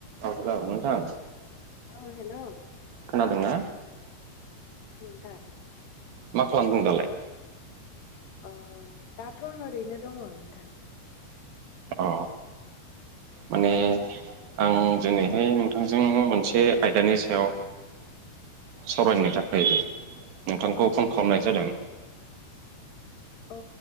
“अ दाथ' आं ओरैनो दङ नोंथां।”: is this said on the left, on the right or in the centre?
Left